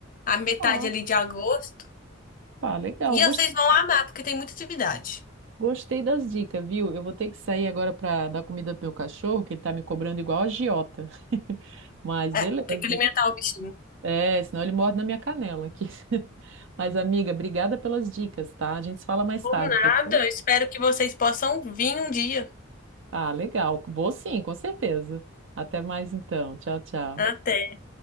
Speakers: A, on the left; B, on the right.
A: a metade
B: Ah,
A: ali de agosto.
B: pá, legal.
A: E vocês vão amar, porque tem muita atividade.
B: Gostei das dicas, viu? Eu vou ter que sair agora para dar comida pro meu cachorro, que ele tá me cobrando igual a agiota. <laughs> Mas
A: É,
B: beleza.
A: tem que alimentar o bichinho.
B: É, senão ele morde na minha canela aqui. <laughs> Mas, amiga, obrigada pelas dicas, tá? A gente se fala mais
A: Por
B: tarde,
A: nada,
B: pode ser?
A: eu espero que vocês possam vir um dia.
B: Ah, legal. Vou sim, com certeza. Até mais então. Tchau, tchau.
A: Até.